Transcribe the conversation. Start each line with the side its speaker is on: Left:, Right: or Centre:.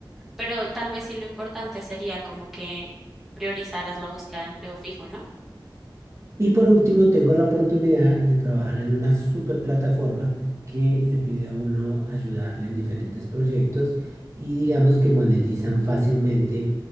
Centre: Pero tal vez sí lo importante sería como que priorizaras la búsqueda de empleo fijo, ¿no?
Right: Y por último, tengo la oportunidad de trabajar en una super plataforma que le pide a uno ayudarle en diferentes proyectos y digamos que monetizan fácilmente